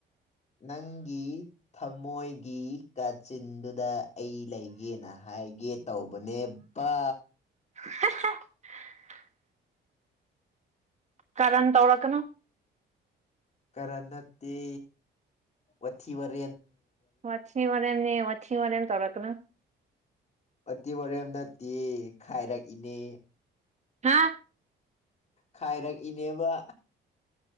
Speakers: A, on the left (about 35°); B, on the right (about 35°).
A: ꯅꯪꯒꯤ ꯊꯃꯣꯏꯒꯤ ꯀꯥꯆꯤꯟꯗꯨꯗ ꯑꯩ ꯂꯩꯒꯦꯅ ꯍꯥꯏꯒꯦ ꯇꯧꯕꯅꯦꯕ
B: <unintelligible> ꯀꯔꯅ ꯇꯧꯔꯀꯅ
A: ꯀꯅ ꯇ ꯋꯥꯊꯤꯕꯟ
B: ꯃꯊꯤ ꯃꯔꯦꯝꯅꯦ ꯃꯊꯤ ꯋꯥꯦꯝ ꯇꯧꯔꯛꯀꯅ
A: ꯑꯇꯤ ꯋꯥꯔꯦꯝ ꯅꯠꯇꯦ ꯈꯥꯏꯔꯛꯏꯅꯦ
B: ꯍꯥ
A: ꯈꯥꯏꯔꯛ ꯏꯅꯦꯕ